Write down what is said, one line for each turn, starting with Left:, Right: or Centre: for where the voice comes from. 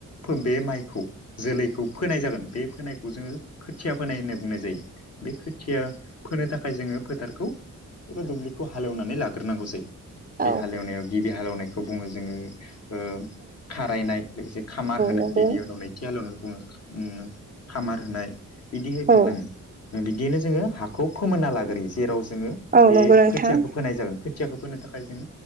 Left: फो बे माइखौ जोलैखौ फोनाय जागोन बे फोनायखौ जोङो खोथिया फोनाय होनना बुंनाय जायो। बे खोथिया फोनो थाखाय जोङो फोथारखौ एबा दुब्लिखौ हालेवनानै लाग्रोनांगौ जायो। बे
Right: औ
Left: हालेवनायाव गिबि हालेवनायखौ बुङो जोङो ओ खारायनाय लोगोसे खामार होनाय
Right: नंगौ
Left: बेनि उनाव नै थि हालेवनाय बुङो ओं खामार होनाय बिदिहाय
Right: औ
Left: <unintelligible> बिदियैनो जोङो हाखौ फोमोनना लाग्रोयो जेराव जोङो
Right: औ
Left: बे
Right: नंगौ नोंथां
Left: खोथियाखौ फोनाय जागोन। खोथियाखौ फोनो थाखाय जों